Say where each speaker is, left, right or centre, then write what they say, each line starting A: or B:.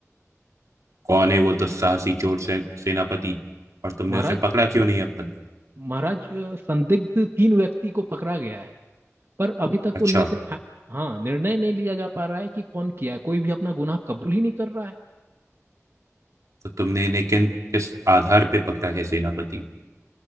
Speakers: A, on the right; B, on the right.
A: कौन है वो दुस्साहसी चोर से, सेनापति और तुमने
B: महाराज
A: उसे पकड़ा क्यों नहीं अब तक
B: महाराज अ, संदिग्ध तीन व्यक्ति को पकड़ा गया है पर अभी तक
A: अच्छा
B: उनमें से फा- हाँ निर्णय नहीं लिया जा पा रहा है कि कौन किया है कोई भी अपना गुनाह कबूल ही नहीं कर रहा है
A: तो तुमने इन्हें किन किस आधार पे पकड़ा है सेनापति